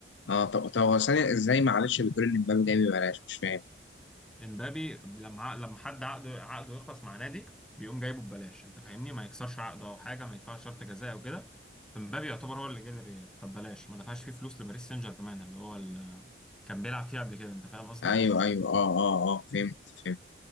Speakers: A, on the left; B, in the centre.
A: اه طب طب هو ثانيه ازاي معلش بتقول ان مبابي جاي ببلاش مش فاهم
B: امبابي لما ع- لما حد عقده عقده يخلص مع نادي بيقوم جايبه ببلاش انت فاهمني ما يكسرش عقده او حاجه ما يدفعش شرط جزاء او كده فامبابي يعتبر هو اللي جه للريال فببلاش ما دفعش فيه فلوس لباريس سان جيرمان اللي هو اللي كان بيلعب فيه قبل كده انت فاهم قصدي
A: ايوه ايوه اه اه اه فهمت فهمت